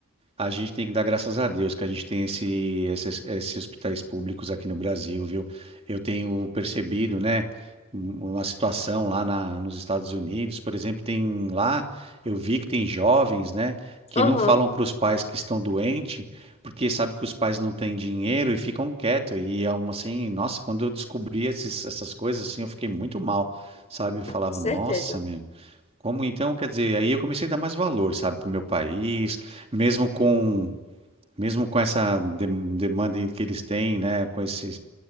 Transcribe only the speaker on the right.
A gente tem que dar graças a Deus que a gente tem esse, esses, esses hospitais públicos aqui no Brasil, viu? Eu tenho percebido, né, um- uma situação lá na, nos Estados Unidos, por exemplo, tem lá, eu vi que tem jovens, né, que
não falam para os pais que estão doentes, porque sabe que os pais não têm dinheiro e ficam quietos. E é uma assim, nossa, quando eu descobri esses, essas coisas, assim, eu fiquei muito mal, sabe? Eu falava,
nossa, meu. Como então, quer dizer, aí eu comecei a dar mais valor, sabe, para o meu país, mesmo com mesmo com essa dem- demanda em- que eles têm, né, com esses